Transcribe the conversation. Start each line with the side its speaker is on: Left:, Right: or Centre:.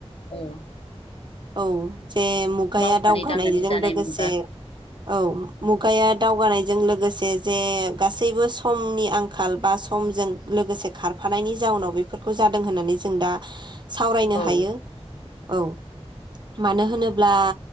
Left: ओं। ।
Right: औ जे मुगाया
Left: मावनानै
Right: दावगानायजों
Left: दांनानै जानाय
Right: लोगोसे
Left: मोनबा
Right: औ मुगाया दावगानायजों लोगोसे जे गासैबो समनि आंखाल बा समजों लोगोसे खारफानायनि जाउनाव बेफोरखौ जादों होननानै जों दा सावरायनो
Left: औ
Right: हायो औ । मानो होनोब्ला